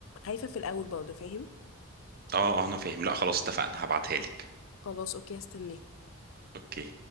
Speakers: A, on the left (about 70°); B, on the right (about 45°).
A: خايفه في الاول برضه فاهم
B: اه اه انا فاهم لا خلاص اتفقنا هبعتها لك
A: خلاص اوكي هستناه
B: اوكي